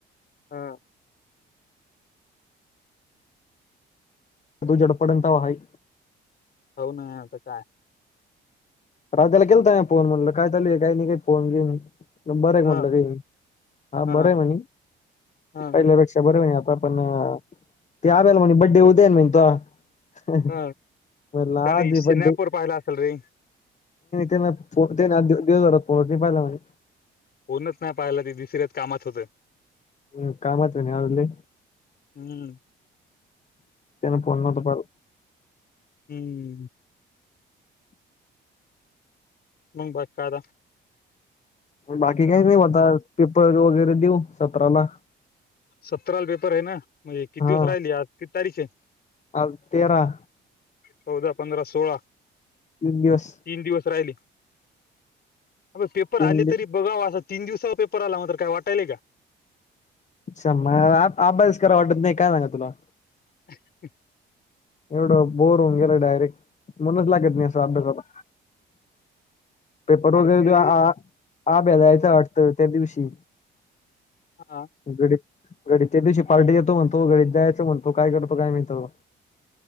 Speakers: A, on the left; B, on the left.
A: हा
B: तू जडपडंत वा हाई
A: हो ना आता काय
B: राजाला केलता मी फोन म्हणलं काय चालू आहे काही नाही काही फोन बीन बरे कोणलं
A: ह
B: रे हा
A: ह
B: बरे म्हणी
A: ह
B: पहिल्यापेक्षा बरे म्हणी पण ते आवेल म्हणे बर्डे उद्या आहे ना तुझा
A: ह
B: म्हणलं हॅपी
A: त्याने स्नॅपवर
B: बर्थडे
A: पाहिला असेल रे
B: ते पोह ना दिात पोह पाहिला <unintelligible>
A: फोणच नाही पाहयला ते दुसऱ्याच कामात होते
B: हम् कामात आहे ना आज लई
A: हम्म
B: त्यान फोन नव्हतं पहात
A: हम्म मग बाकी काय डा
B: बाकी काहीच नाही बता पेपर वगैरे देऊ सतराला
A: सतराला पेपर आहे ना म्हणजे किती
B: हा
A: दिवस राहिल आज किती तारीख आहे
B: आज तेरा
A: चौदा पंधरा सोळा
B: तीन दिवस
A: तीन दिवस राहिली आबे पेपर
B: तीन
A: आले तरी बघाव असा तीन दिवसावर पेपर आला म काय वाटायलय का
B: सांभाळायला अभ्यास कराव वाटत नाही काय सांगायच तुला
A: <inaudible>
B: एवढं बोर होऊन गेला डायरेक्ट मनच लागत नाही असं अभ्यासाला पेपर वगैरे
A: अरे ते
B: द्या आभ्या जायचं वाटतं त्या दिवशी
A: हा
B: घडी घडीच्या दिवशी पार्टी देतो म्हणतो घडी जायच म्हणतो काय करतो काय माहीत आता